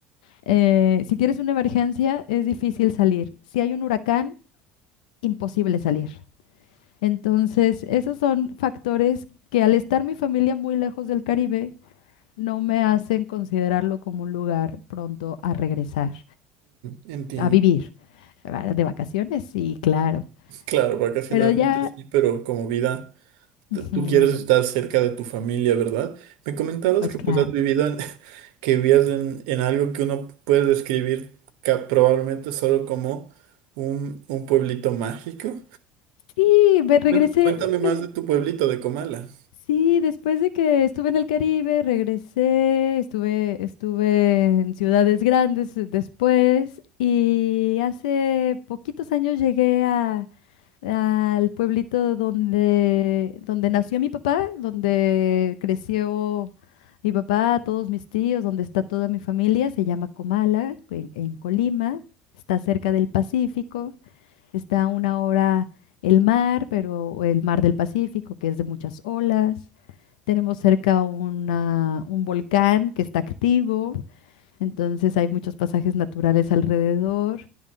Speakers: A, on the left; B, on the right.
A: eh, si tienes una emergencia, es difícil salir. Si hay un huracán, imposible salir. Entonces, esos son factores que al estar mi familia muy lejos del Caribe, no me hacen considerarlo como un lugar pronto a regresar,
B: entiendo.
A: a vivir, ¿verdad? de vacaciones, sí, claro.
B: Claro, vacacionalmente
A: Pero ya
B: sí, pero como vida,
A: Ujú,
B: t- tú quieres estar cerca de tu familia, ¿verdad? Me comentabas
A: Pues
B: que
A: claro.
B: pues has vivido en- <laughs> que vivías en, en algo que uno puede describir ca- probablemente solo como un, un pueblito mágico.
A: Sí, me regresé.
B: Cuen- Cuéntame
A: es
B: más
A: que-
B: de tu pueblito de Comala.
A: Sí, después de que estuve en el Caribe, regresé, estuve, estuve en ciudades grandes eh, después y hace poquitos años llegué a, al pueblito donde, donde nació mi papá, donde creció mi papá, todos mis tíos, donde está toda mi familia, se llama Comala, en en Colima, está cerca del Pacífico. Está a una hora el mar, pero el mar del Pacífico, que es de muchas olas. Tenemos cerca una- un volcán que está activo, entonces hay muchos pasajes naturales alrededor.